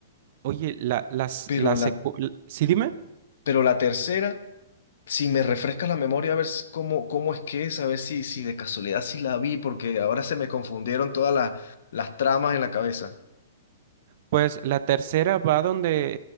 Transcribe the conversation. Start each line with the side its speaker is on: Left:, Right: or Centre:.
Right: Oye, la, las,
Left: pero
Right: la
Left: la,
Right: secu- l- ¿sí dime?
Left: pero la tercera, si me refresca la memoria a ver s- cómo, cómo es que es, a ver si, si de casualidad sí la vi, porque ahora se me confundieron todas las, las tramas en la cabeza.
Right: Pues la tercera va donde